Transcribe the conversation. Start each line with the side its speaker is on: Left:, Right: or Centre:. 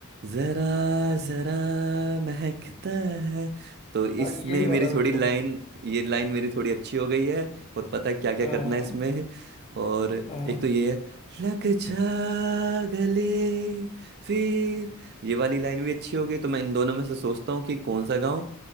Right: जरा जरा महकता है तो इसमें
Left: हाँ यही वाला
Right: मेरी थोड़ी
Left: रखो
Right: लाइन ये लाइन मेरी थोड़ी अच्छी हो गई है और पता है क्या क्या
Left: हाँ
Right: करना है इसमें और
Left: हाँ
Right: एक
Left: हाँ
Right: तो ये है लग जा गले फिर ये वाली लाइन भी अच्छी हो गई तो मैं इन दोनों में से सोचता हूँ कि कौन सा गाऊं